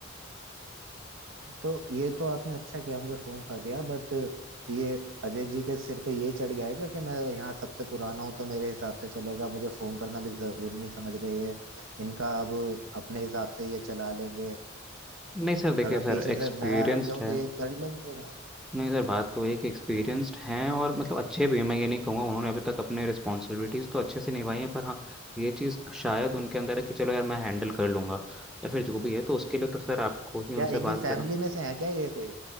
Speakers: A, on the right; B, in the centre.
A: तो ये तो आपने अच्छा किया मुझे फोन कर दिया बट ये अजय जी के सिर पे ये चढ़ गया है क्या कि मैं यहाँ सबसे पुराना हूँ तो मेरे हिसाब से चलेगा मुझे फोन करना भी जरूरी नहीं समझ रहे है इनका अब अपने हिसाब से ये चला लेंगे
B: नहीं सर देखिए
A: अगर
B: सर
A: पीछे
B: एक्सपीरियंस्ड
A: से मैं हट जाऊं
B: है
A: तो ये कर लेंगे काम
B: नहीं सर बात तो एक एक्सपीरियंस्ड हैं और मतलब अच्छे भी हैं मैं ये नहीं कहूँगा उन्होंने अभी तक अपने रिस्पॉन्सिबिलिटीज़ तो अच्छे से निभाई हैं पर हाँ ये चीज़ शायद उनके अंदर है कि चलो यार मैं हैंडल कर लूँगा या फिर जो भी है तो उसके लिए तो सर आपको ही उनसे
A: क्या इनकी
B: बात करना
A: फैमिली में से है क्या ये कोई